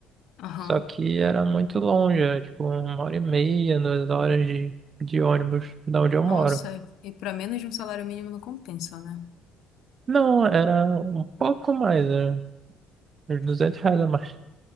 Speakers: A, on the left; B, on the right.
A: Aham.
B: Só que era muito longe, era tipo uma hora e meia, duas horas de, de ônibus da onde eu
A: Nossa,
B: moro.
A: e para menos de um salário mínimo não compensa, né?
B: Não, era um pouco mais, era uns duzentos reais a mais.